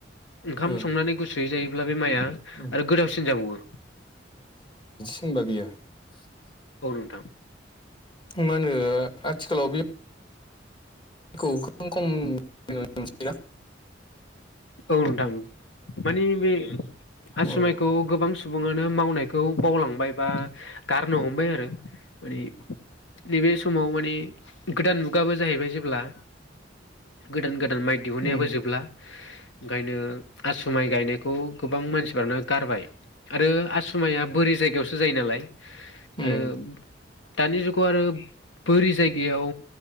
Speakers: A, on the left; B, on the left.
A: ओंखाम
B: ओ
A: संनानै गुसुयै जायो बे माइआ
B: उम
A: आरो गोथावसिन जाबावो
B: थंबा गैयो <unintelligible>
A: औ नोंथां
B: मा होनो आथिखालाव बे खौ खोबां <unintelligible> खम बेयो <unintelligible>
A: औ नोंथां मानि बे
B: अ
A: आसु
B: ओ
A: माइखौ गोबां सम सुबुङानो मावनायखौ बावलांबाय बा गारनो हमबाय आरो माने नैबे समाव माने गोदान मुगाबो जाहैबाय जेब्ला गोदान गोदान माइ दिहुननायाबो
B: उम
A: जोबला ओंखायनो आसु माइ गायनाय खौ गोबां मानसिफ्रानो गारबाय आरो आसु माया बोरि जायगायावसो जायो नालाय
B: उम
A: आरो दानि जुगाव आरो बोरि जायगायाव